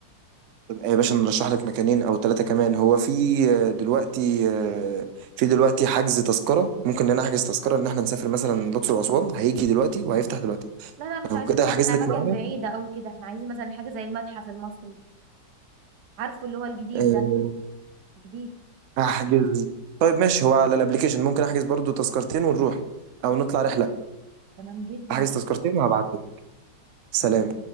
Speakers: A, on the right; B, on the right.
A: يا باشا نرشح لك مكانين أو ثلاثة كمان هو في آه، دلوقتي آه، في دلوقتي حجز تذكرة ممكن إن أنا أحجز تذكرة إن إحنا نسافر مثلا الأقصر وأسوان هيجي دلوقتي وهيفتح دلوقتي
B: لا لا مش
A: لو
B: عايزين
A: كده
B: مك-
A: هحجز
B: اماكن
A: لك معايا
B: بعيده قوي كده احنا عايزين مثلا حاجه زي المتحف المصري عارفه اللي هو الجديد
A: آه،
B: ده جديد
A: هحجز طيب ماشي هو على الأبليكيشن ممكن أحجز برضو تذكرتين ونروح أو نطلع رحلة
B: تمام جدا
A: أحجز تذكرتين وهبعت لك سلام
B: مم.